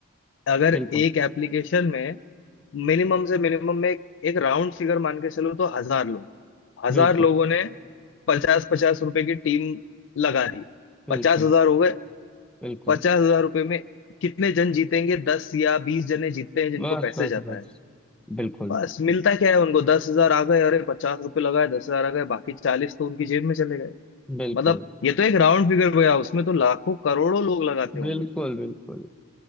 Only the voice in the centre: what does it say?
बिल्कुल
बिल्कुल
बिल्कुल
बिल्कुल
बस
बस
बस
बिल्कुल
बिल्कुल
बिल्कुल बिल्कुल